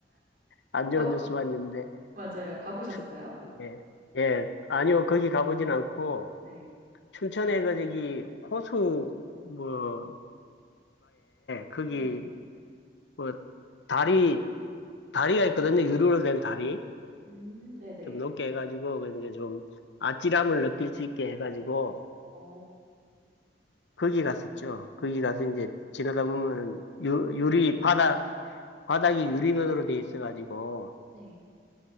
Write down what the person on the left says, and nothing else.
안 좋은
뉴스만 있는데
추- 예 예, 아니요, 거기 가보진 않고,
춘천에 그 저기 호수 뭐가에 거기
뭐 다리 다리가 있거든요. 유리로 된 다리
좀 높게 해가지고 그 이제 좀 아찔함을 느낄 수 있게 해가지고
거기 갔었죠. 거기 가서 이제 지나다 보면은 유, 유리 바닥 바닥이 유리면으로 돼 있어가지고